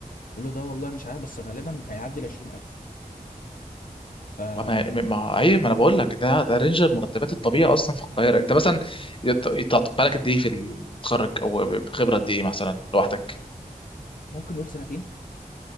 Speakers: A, on the left; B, on the left.
A: بيقول له ده والله مش عارف بس غالبا هيعدي ال 20000 فممكن
B: ما ما ما- ايوه ما انا بقول لك ده ده رينج المرتبات الطبيعي اصلا في القاهره انت مثلا يت- يتعطى بالك قد ايه في التخرج او خبره قد ايه مثلا لوحدك
A: نقول سنتين